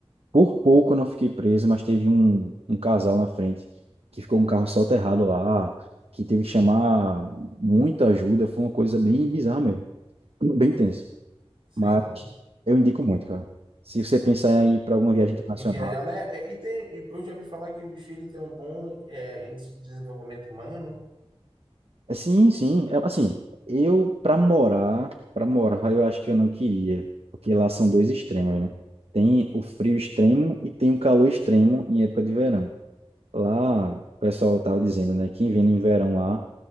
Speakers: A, on the right (about 70°); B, on the right (about 55°).
A: Por pouco eu não fiquei preso, mas teve um, um casal na frente que ficou um carro soterrado lá, que teve que chamar muita ajuda. Foi uma coisa bem bizarra mesmo, bem tenso.
B: <laughs> Sim.
A: Mas eu indico muito, cara. Se você pensar em ir para alguma viagem internacional,
B: E viajar, né? É, E tem, eu já ouvi falar que o Chile tem um bom é, índice de desenvolvimento humano.
A: É, Sim, sim. É, Assim, eu para morar, para morar, eu acho que eu não queria, porque lá são dois extremos, né? Tem o frio extremo e tem o calor extremo em época de verão. Lá, o pessoal tava dizendo, né, que vem no verão lá,